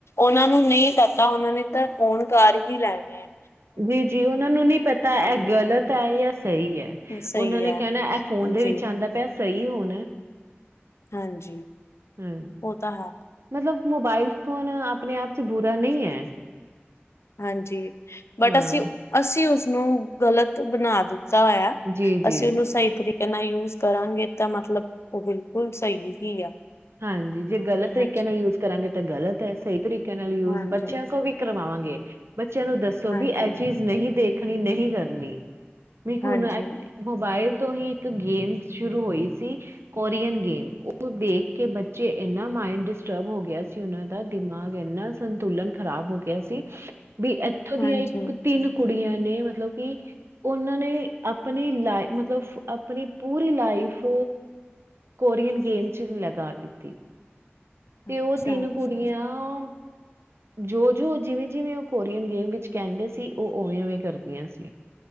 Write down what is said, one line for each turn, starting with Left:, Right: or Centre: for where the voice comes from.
Left: ਉਨਾਂ ਨੂੰ ਨਈ ਪਤਾ ਉਨਾਂ ਨੇ ਤਾਂ ਓਨ ਕਰ ਹੀ ਲੈਣੇ ਆ।
Right: ਜੀ-ਜੀ ਉਨਾਂ ਨੂੰ ਨੀ ਪਤਾ ਐ
Left: ਹੈ
Right: ਗਲਤ ਆ ਯਾ ਸਈ ਐ।
Left: ਸਹੀ
Right: ਉਨਾਂ ਨੇ
Left: ਹੈ
Right: ਕੇਣਾ ਐ ਫੋਨ ਦੇ
Left: ਜੀ
Right: ਵਿੱਚ ਆਂਦਾ ਪਿਆ ਸਈ ਹੋਣਾ।
Left: ਹਾਂਜੀ।
Right: ਹਾਂ
Left: ਉਹ ਤਾਂ ਹੈ
Right: ਮਤਲਬ ਮੋਬਾਇਲ ਫੋਨ ਅਪਣੇ ਆਪ ਚ ਬੁਰਾ ਨੀ ਏ।
Left: ਹਾਂਜੀ ਬਟ
Right: ਹਾਂ
Left: ਅਸੀਂ-ਅਸੀਂ ਉਸਨੂੰ ਗਲਤ ਬਣਾ ਦਿੱ ਤਾ ਹੋਯਾ
Right: ਜੀ
Left: ਅਸੀ
Right: ਜੀ
Left: ਉਨੂੰ ਸ ਸਈ ਤਰੀਕੇ ਨਾਲ ਯੂਜ ਕਰਾਂਗੇ ਤਾਂ ਮਤਲਬ ਉਹ ਬਿਲਕੁਲ ਸਈ ਹੀ ਆ।
Right: ਹਾਂਜੀ ਜੇ ਗ਼ਲਤ ਤਰੀਕੇ
Left: ਹਾਂਜੀ,
Right: ਨਾਲ ਯੂਜ ਕਰਾਂਗੇ ਤਾਂ ਗ਼ਲਤ ਐ ਸਈ ਤਰੀਕੇ ਨਾਲ ਯੂਜ
Left: ਹਾਂਜੀ,
Right: ਬੱਚਿਆਂ ਕੋ ਵੀ ਕਰਵਾਵਾਂਗੇ ਬੱਚਿਆਂ ਨੂੰ ਦੱਸੋ
Left: ਹਾਂਜੀ,
Right: ਵੀ ਇਹ ਚੀਜ਼ ਨਹੀ ਦੇਖਣੀ ਨਹੀ ਕਰਨੀ। ਵੀ ਹੁਣ
Left: ਹਾਂਜੀ,
Right: ਐ ਮੋਬਾਇਲ ਤੋਂ ਹੀ ਤੇ ਗੇਮ ਸ਼ੁਰੂ ਹੋਈ ਸੀ ਕੋਰੀਅਰ ਗੇਮ ਉਹ ਦੇ ਖ ਕੇ ਬੱਚੇ ਏਨਾ ਮਾਇੰਡ ਡਿਸਟਰਬ ਹੋ ਗਿਆ ਸੀ ਉਨਾਂ ਦਾ ਦਿਮਾਗ ਏਨਾ ਸੰਤੁਲਨ ਖ਼ਰਾਬ ਹੋ ਗਿਆ ਸੀ ਵੀ ਇੱਥੋਂ ਦੀਆਂ
Left: ਹਾਂਜੀ।
Right: ਇੱਕ ਤਿੰਨ ਕੁੜੀਆਂ ਨੇ ਮਤਲਬ ਕਿ ਉਹਨਾਂ ਨੇ ਅਪਨੀ ਲਾ ਮਤਲਬ ਅਪਨੀ ਪੂਰੀ ਲਾਈਫ ਕੋਰੀਅਨ ਗੇਮ ਚ ਲਗਾ ਦਿੱਤੀ।
Left: ਅੱਛਾ,
Right: ਤੇ ਓ ਤਿੰਨ
Left: ਅੱਛਾ,
Right: ਕੁੜੀਆਂ ਜੋ-ਜੋ ਜਿਵੇਂ-ਜਿਵੇਂ ਓ ਕੋਰੀਅਨ ਗੇਮ ਵਿੱਚ ਕਹਿੰਦੇ ਸੀ ਓ ਉਵੇਂ- ਉਵੇਂ ਕਰਦੀਆਂ ਸੀ।